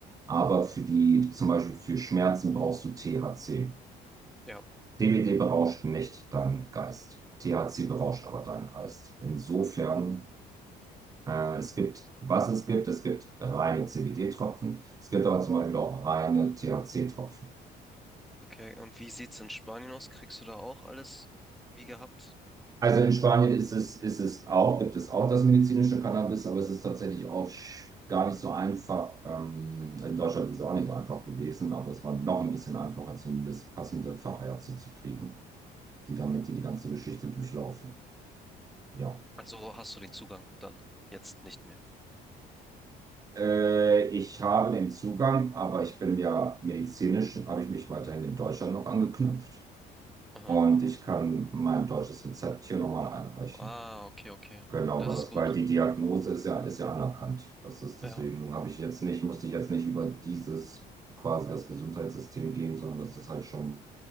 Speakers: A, on the right (about 20°); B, in the centre.
A: Aber für die, zum Beispiel für Schmerzen brauchst du THC.
B: ja,
A: CBD berauscht nicht deinen Geist. THC berauscht aber deinen Geist. Insofern, äh, es gibt, was es gibt, es gibt reine CBD-Tropfen. Es gibt aber zum Beispiel auch reine THC-Tropfen.
B: okay. Und wie sieht's in Spanien aus? Kriegst du da auch alles wie gehabt?
A: Also in Spanien ist es, ist es auch, gibt es auch das medizinische Cannabis, aber es ist tatsächlich auch sch- gar nicht so einfach. Ähm, in Deutschland ist es auch nicht so einfach gewesen, aber es war noch ein bisschen einfacher, zumindest passende Fachärzte zu kriegen, die damit die, die ganze Geschichte durchlaufen. Ja.
B: Also hast du den Zugang dann, jetzt nicht mehr.
A: Äh, ich habe den Zugang, aber ich bin ja medizinisch, habe ich mich weiterhin in Deutschland noch angeknüpft.
B: Aha.
A: Und ich kann mein deutsches Rezept hier nochmal einreichen.
B: Ah, okay, okay.
A: Genau,
B: Das
A: weil
B: ist
A: das,
B: gut.
A: weil die Diagnose ist ja, ist ja anerkannt. Das ist
B: Ja.
A: deswegen habe ich jetzt nicht, musste ich jetzt nicht über dieses quasi das Gesundheitssystem gehen, sondern das ist halt schon,